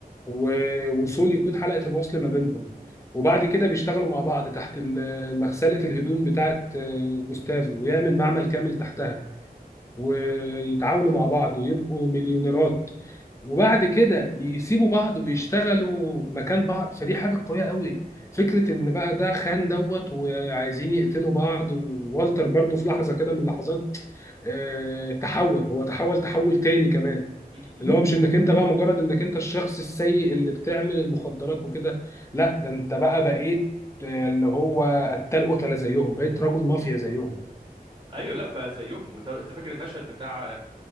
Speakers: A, on the left (about 20°); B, on the right (about 30°).
A: و- وسول يكون حلقه الوصل ما بينهم وبعد كده بيشتغلوا مع بعض تحت ال- مغسله الهدوم بتاعت آه، جوستافو ويعمل معمل كامل تحتها ويتعاونوا مع بعض ويبقوا مليونيرات وبعد كده يسيبوا بعض ويشتغلوا مكان بعض فدي حاجة قوية قوي
B: م-
A: فكرة ان بقى ده خان دوت وعايزين يقتلوا بعض ووالتر برضو في لحظة كده من لحظات آه، تحول هو تحول تحول تاني كمان
B: م-
A: اللي هو مش انك انت بقى مجرد انك انت الشخص السيء اللي بتعمل المخدرات وكده لا ده انت بقى بقيت آه، اللي هو قتال قتلة زيهم بقيت رجل مافيا
B: م- م.
A: زيهم
B: أيوه لا بقى زيهم وت- أنت فاكر المشهد بتاع